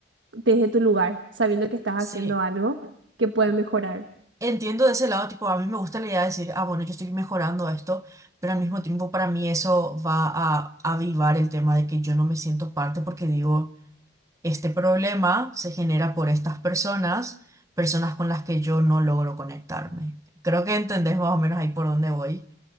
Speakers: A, on the right; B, on the right.
A: desde tu lugar, sabiendo que estás
B: sí,
A: haciendo algo que puede mejorar.
B: entiendo de ese lado, tipo, a mí me gusta la idea de decir, ah, bueno, yo estoy mejorando esto, pero al mismo tiempo para mí eso va a avivar el tema de que yo no me siento parte porque digo, este problema se genera por estas personas, personas con las que yo no logro conectarme. Creo que entendés más o menos ahí por dónde voy.